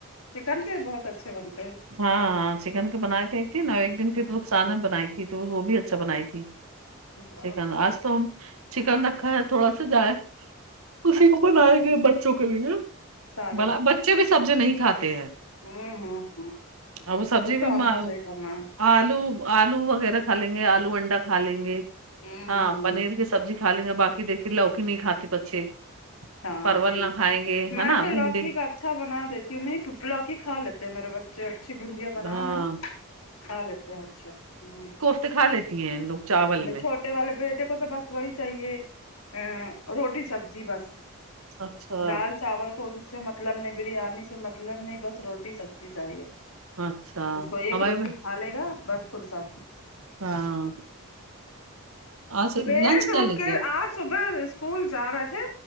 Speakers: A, on the left; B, on the right.
A: چکن کے بہت اچھے بنتے ہیں
B: ہاں ہاں چکن کے بنائے تھے ایک دن اور ایک دن پھر رخسانہ بنائی تھی تو وہ بھی اچھا بنائی تھی
A: ہ
B: چکن آج تو ہم چکن رکھا ہے تھوڑا سا جائے اسی کو بنائیں گے بچوں کے لیے
A: سالن
B: بڑا بچے بھی سبزی نہیں کھاتے ہیں
A: ہوں ہ ہ
B: ہاں وہ سبزی
A: تو
B: بھی
A: آپ
B: معلوم
A: نے صحیح فرمایا
B: آلو آلو وغیرہ کھا لیں گے آلو انڈا کھا لیں گے
A: ہوں
B: ہاں
A: ہوں
B: پنیر کی سبزی کھالیں گے باقی دیکھیے لوکی نہیں کھاتے بچے
A: ہاں
B: پرول
A: جی
B: نہ کھائیں گے
A: میں
B: ہے نا
A: تو
B: بھنڈی
A: لوکی کا اچھا بنا دیتی ہوں نہیں لوکی کھا لیتے میرے ب اچھی اچھی بندیاں بناؤ
B: ہاں
A: نا کھا لیتے ہیں اچھا ہوں
B: پھر کھا لیتی ہیں ان لوگ چاول میں
A: چھوٹے والے بیٹے کو تو بس وہی چاہیے ا روٹی سبزی بس
B: اچھا
A: دال چاول ان سے مطلب نہیں بریانی سے مطلب نہیں بس روٹی سبزی چاہیے
B: اچھا
A: اس کو ایک
B: ہمارے
A: روٹی
B: میں-
A: کھا لے گا بس فرصت
B: ہاں آج
A: صبح
B: لنچ
A: سے
B: کیا
A: اٹھ
B: لے
A: کے
B: گیا
A: آج صبح اس کول جا رہے تھے